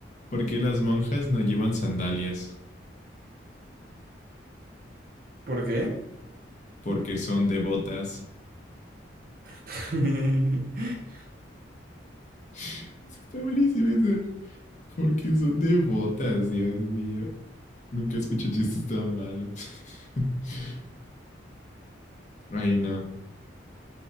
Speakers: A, on the left; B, on the right.
A: ¿Por qué las monjas no llevan sandalias?
B: ¿Por qué?
A: Porque son devotas.
B: <laughs>
A: <laughs> Está buenísimo ese. Porque son devotas, Dios mío. Nunca escuché chistes tan malos. <laughs> Ay, no.